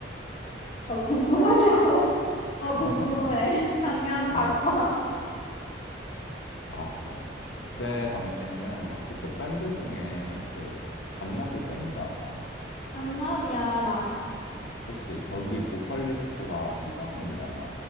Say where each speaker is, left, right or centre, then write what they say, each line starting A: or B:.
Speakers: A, on the left; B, on the left.
A: 어, 궁금하냐고? 어,
B: <laughs>
A: 궁금해. <laughs> 작년 닭발.
B: 아, 알았어. 그때 당시에는 혹시 그 밴드 중에 그 잔- 잔나비 밴드 알아?
A: 안나비아라.
B: 그치? 거기 보컬리스트가 최정훈이잖아.